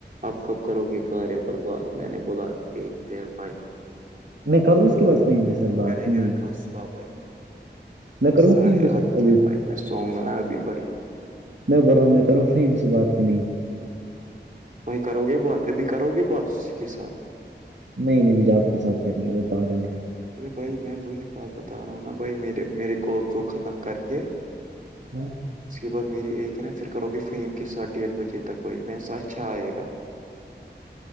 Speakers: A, on the right; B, on the right.
A: اب کب کرو گے کاریا پر بات میں نے بولا دیکھتے ہیں بھائی
B: میں کروں اس کے بعد فہیم کے ساتھ
A: ہم
B: بات
A: کرے
B: کہ
A: گے
B: نہیں
A: نا کل صبح بھائی
B: میں کروں
A: ساڑھے
B: فہیم ساتھ
A: آٹھ کے
B: ابھی
A: بھائی میں سو گا نا ابھی بھائی
B: میں بول رہا ہوں میں کروں فیم سے بات کی نہیں
A: وہیں کرو گے بات ابھی کرو گے بات اسی کے ساتھ
B: نہیں نہیں مجھے آپ کے ساتھ کرنی ہے وہ پاگل ہے
A: ار بھائی میں وہی بات بتا رہا ہوں نا بھائی میرے میرے کالز ختم کر کے
B: ہوں
A: اس کے بعد میری ایک ہے نا پھر کرو گے فیم کےاتھ ڈیڑھ بجے تک بھائی پیسہ اچھا آئے گا